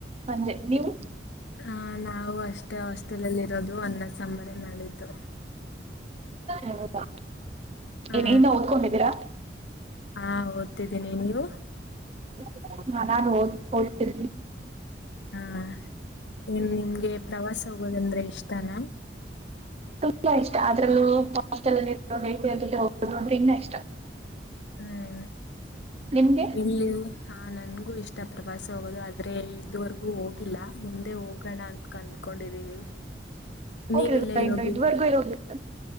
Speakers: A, on the right; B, on the left.
A: ಸಂಜೆ ನೀವು
B: ಹ ನಾವು ಅಷ್ಟೇ ಹಾಸ್ಟೆಲ್ ಅಲ್ಲಿ ಇರೋದು ಅನ್ನ ಸಂಂಬರೆ ಮಾಡಿದ್ದು
A: ಹೌದಾ
B: ಹ
A: ಏ ಇನ್ನ ಓದ್ಕೊಂಡಿದ್ದೀರಾ
B: ಹಾ ಓದ್ತಿದ್ದೀನಿ ನೀವು.
A: ಮನ ಹ ಹತ.
B: ಹಾ ನೀಏನ್ ನಿಮ್ಗೆ ಪ್ರವಾಸ ಹೋಗೋದಂದ್ರೆ ಇಷ್ಟನಾ.
A: ತು ಇಷ್ಟ ಅದ್ರಲ್ಲೂ ಹಸ್ಟೆಲ್ಲ್ಲಿ ಹೋಗೋುದು ಅಂದ್ರೆ ಇನ್ನ ಇಷ್ಟ
B: ಹ್ಮ್
A: ನಿಮ್ಗೆ
B: ಎಲ್ಲ ಹಾ ನನ್ಗೂ ಇಷ್ಟ ಪ್ರವಾಸ ಹೋಗೋದು ಆದ್ರೆ ಇದುವರೆಗೂ ಹೋಗಿಲ್ಲ ಮುಂದೆ ಹೋಗೋಣ ಅಂತ ಕನ್ ಕೊಂಡಿದ್ದೀವಿ
A: ಹೋಗಿಲ್ವಾ
B: ನೀವೆಲ್ಲೆಲ್ಲಿ
A: ಇನ್ನು
B: ಹೋಗಿದ್ದ
A: ಇದುವರೆಗೂ ಹೋಗಿಲ್ಲ